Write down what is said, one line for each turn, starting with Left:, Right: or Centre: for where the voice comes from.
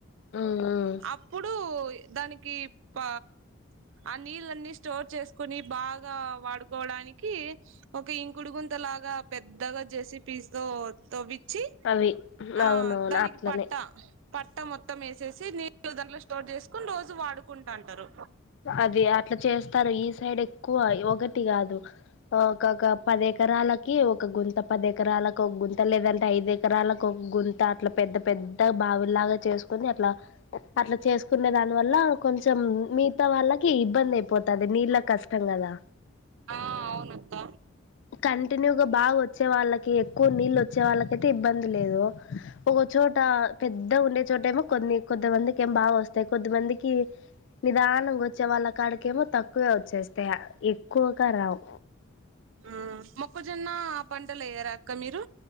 Left: ఉమ్ ఉమ్
Right: అప్పుడు ప్ దానికి ప ఆ నీళ్లన్ని స్టోర్ చేసుకొని బాగా వాడు క్ కోడానికి ఒక ఇంకుడుగుంత లాగా పెద్దగా జే సి పీస్తో తోవ్వి పి చ్చి
Left: అవి
Right: ఆ
Left: అవునవును
Right: దానికి
Left: అట్లనే
Right: పట్ట పట్ట మొత్తం వేసేసి నీళ్లు దాంట్లో స్టోర్ చేసుకుని రోజు వాడుకుంటుంటారు
Left: అది అట్లా చేస్తార్ ఈ సైడ్ ఎక్కువ ఒకటి గాదు ఒకొ ఒక పది ఎకరాలకి ఒక గుంత పది ఎకరాలకు ఒక గుంత లేదంటే ఐదు ఎకరాలకు ఒక గుంత అట్లా పెద్ద పెద్ద బావిలాగా చేసుకుని అట్లా అట్లా చేసుకునే దాని వల్ల కొంచెం మిగతా వాళ్ళకి ఇబ్బంది అయిపోతది నీళ్ళ కష్టం కదా
Right: ఆ అవునక్క
Left: కంటిన్యూగా భాగ వత్ వచ్చే వాళ్ళకి ఎక్కువ నీళ్ళ వచ్చే వాళ్ళకయితే ఇబ్బంది లేదు ఒక చోట పెద్ద ఉండే చో ట ఏమో కొన్ని కొది మందికి ఏం బాగా వస్తాయి కొద్ది మందికి నిదాన వచ్చే వాళ్ళ కాడికేమో తక్కువే వచ్చేస్తాయ్ ఎక్కువగా రావు
Right: ఆ మొక్కజొన్న ఆ పంటలు వెయ్యారా అక్క మీరు